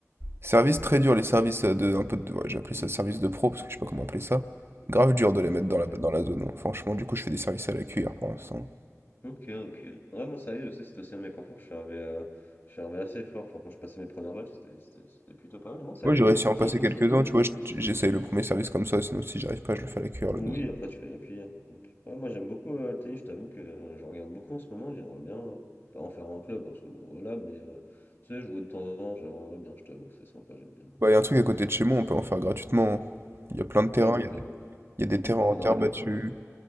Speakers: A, on the right; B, on the left.
A: Service très dur, les services euh, de un peu de, ouais, j'ai appelé ça service de pro parce que je sais pas comment appeler ça. Grave dur de les mettre
B: Ok.
A: dans la, dans la zone, hein. Franchement, du coup, je fais des services à la cuillère pour l'instant.
B: Ok, ok. Ouais, moi, ça y est, je sais que c'était aussi un de mes points forts. Je suis arrivé, euh, je suis arrivé assez fort. Enfin, quand je passais mes premières balles, c'était c'était- c'était plutôt pas mal. Non, c'est vrai
A: Ouais,
B: que
A: j'ai
B: j'aime
A: réussi
B: beaucoup
A: à en
B: le tennis
A: passer quelques-uns,
B: aussi. euh.
A: tu vois, je- j'essaye le premier service comme ça, sinon si j'arrive pas, je le fais à la cuillère le
B: Oui,
A: deuxième.
B: après, tu fais la cuillère. Donc, ouais, moi, j'aime beaucoup euh, le tennis. Je t'avoue que euh, je regarde beaucoup en ce moment. J'aimerais bien, euh, pas en faire un club, parce que bon, voilà, mais euh, tu sais, je vois de temps en temps. J'aimerais bien, je t'avoue, c'est sympa, j'aime bien.
A: Bah, il y a un truc à côté de chez moi, on peut en faire gratuitement. hein. Il y a plein de terrains,
B: Ouais, bah
A: il
B: après,
A: y a des,
B: il me
A: il y a des terrains
B: il me faut
A: en
B: une
A: terre
B: raquette.
A: battue.
B: Je crois que j'ai